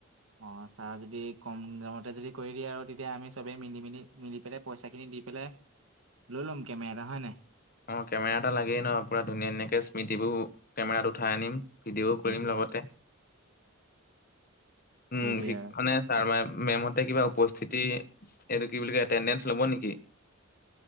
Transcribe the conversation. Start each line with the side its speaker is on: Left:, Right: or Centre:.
Right: অ চা যদি কম দামতে যদি কৰি দিয়ে আৰু তেতিয়া আমি চবেই মিলি মেলি মিলি পেলে পইচাখিনি দি পেলাই লৈ ল'ম কেমেৰা এটা হয় নাই
Left: অঁ কেমেৰা এটা লাগেই ন পুৰা ধুনীয়া ধুনাকে স্মৃতিবোৰ কেমেৰাত উঠাই আনিম ভিডিঅ'ও
Right: সেইটো
Left: কৰিম লগতে উম
Right: সেইটোৱে
Left: সি
Right: আৰু
Left: খনে তাৰ মা মেমহতে কিবা উপস্থিতি এইটো কি বুলি এটেডেঞ্চ ল'ব নিকি